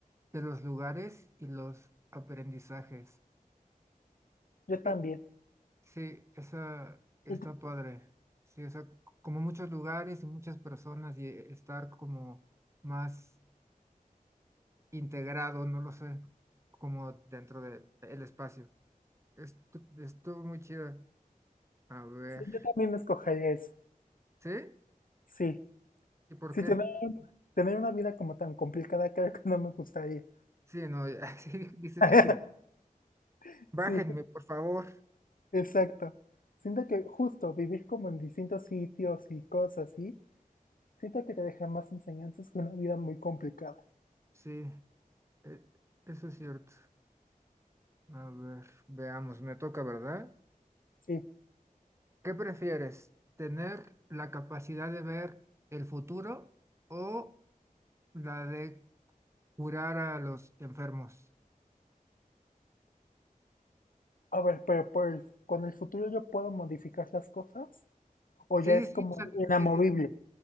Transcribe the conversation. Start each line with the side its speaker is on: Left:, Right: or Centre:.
Right: de los lugares y los aprendizajes.
Left: Yo también.
Right: Eh, sí, esa está
Left: Yo, t-
Right: padre. Sí, o sea, c- como muchos lugares y muchas personas y eh, estar como más integrado, no lo sé, como dentro de el espacio. Estu- estuvo muy chido. A ver,
Left: sí, yo también escogería eso.
Right: ¿sí?
Left: Sí.
Right: ¿Y por
Left: Sí,
Right: qué?
Left: tener, tener una vida como tan complicada creo que no me gustaría.
Right: Sí, no, ya, <laughs> sí, dices,
Left: <laughs>
Right: híjole, bájenme,
Left: Sí,
Right: por favor.
Left: Exacto. Siento que justo vivir como en distintos sitios y cosas así, siento que te deja más enseñanzas que una vida muy complicada.
Right: Sí, e- eso es cierto. A ver, veamos, me toca, ¿verdad?
Left: Sí.
Right: ¿Qué prefieres? ¿Tener la capacidad de ver el futuro o la de curar a los enfermos?
Left: A ver, pero por el- con el futuro yo puedo modificar las cosas o ya
Right: Sí,
Left: es
Right: sí,
Left: como
Right: sí, o sea,
Left: inamovible.
Right: e- e-